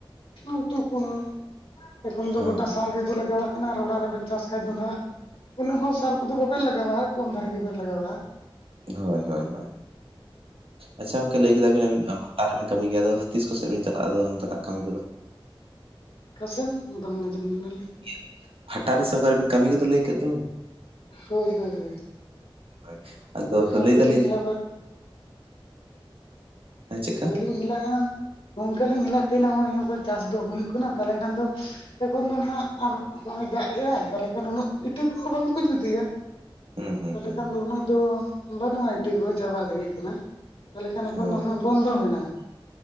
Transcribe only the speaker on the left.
ᱩᱛᱩ ᱠᱚᱼᱦᱚᱸ ᱾ ᱮᱠᱷᱚᱱ ᱫᱚ
ᱜᱚᱴᱟ ᱥᱟᱨ ᱜᱮᱠᱚ ᱞᱟᱜᱟᱣᱟ᱾ ᱚᱱᱟ ᱨᱮᱵᱮᱱ ᱪᱟᱥ ᱠᱷᱟᱡ ᱫᱩᱱᱟᱹᱜ ᱩᱱᱟᱹᱜ ᱦᱚᱸ ᱥᱟᱨ ᱠᱚᱫᱚ ᱵᱟᱵᱮᱱ ᱞᱟᱜᱟᱣᱟ ᱠᱚᱢ ᱫᱷᱟᱨᱟ ᱜᱮᱵᱮᱱ ᱞᱟᱜᱟᱣᱟ ᱾
ᱠᱟᱥᱮᱱ ᱵᱟᱝ <unintelligible> ᱞᱮᱱᱟ ᱞᱤᱱ ᱾
ᱦᱳᱭ ᱦᱳᱭ ᱦᱳᱭ
ᱦᱳᱭ ᱚᱱᱟ
ᱠᱚᱨᱮ
ᱞᱤᱧ ᱦᱮᱞᱟ ᱯᱟᱭ ᱾
ᱦᱳᱭᱞᱤᱧ ᱦᱮᱞᱟᱜᱼᱟ ᱱᱚᱝᱠᱟᱞᱤᱧ ᱦᱮᱞᱟᱜ ᱠᱟᱱᱟ ᱚᱭ ᱦᱚᱠᱚ ᱪᱟᱥ ᱫᱚ ᱦᱩᱭᱩᱜ ᱠᱟᱱᱟ ᱛᱟᱞᱮ ᱠᱷᱟᱱ ᱫᱚ ᱾ ᱮᱠᱷᱚᱱ ᱫᱚ ᱱᱟᱦᱱᱟᱜ ᱟᱨ ᱦᱚᱸᱜ ᱚᱭ ᱫᱟᱜ ᱮᱟᱭ ᱛᱟᱦᱞᱮ ᱠᱷᱟᱱ ᱩᱱᱟᱹᱜ ᱤᱛᱟᱹ ᱠᱚᱦᱚᱸ ᱵᱟᱝᱠᱚ ᱡᱩᱫᱤᱭᱟ ᱾
ᱛᱟᱦᱞᱮ
ᱠᱷᱟᱱ ᱫᱚ ᱩᱱᱟᱹᱜ ᱫᱚ ᱵᱟᱹᱱᱩᱜᱼᱟ ᱤᱴᱟᱹ ᱠᱚ ᱪᱟᱵᱟ ᱦᱩᱭ ᱠᱟᱱᱟ ᱛᱟᱞᱮ ᱠᱷᱟᱱ ᱮᱠᱷᱚᱱ
ᱫᱚ ᱦᱟᱢ ᱾ ᱵᱚᱱᱫᱚ ᱢᱮᱱᱟᱜᱼᱟ ᱾